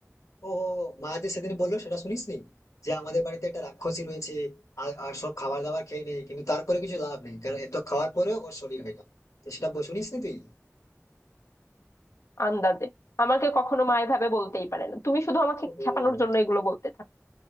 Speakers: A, on the left; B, on the left.
A: ও ও, ও, মা যে সেদিন বললো সেটা শুনিসনি যে আমাদের বাড়িতে একটা রাক্ষসী রয়েছে আর আর সব খাবার দাবার খেয়ে নেয় কিন্তু তারপরে কিছু লাভ নেই কারণ এত খাওয়ার পরেও ওর শরীর হয় না তো সেটা শুনিস তুই
B: আন্দাজে আমাকে কখনো মা এভাবে বলতেই পারে না তুমি শুধু আমাকে
A: ওহো
B: খেপানোর জন্য এগুলো বলতে থাকো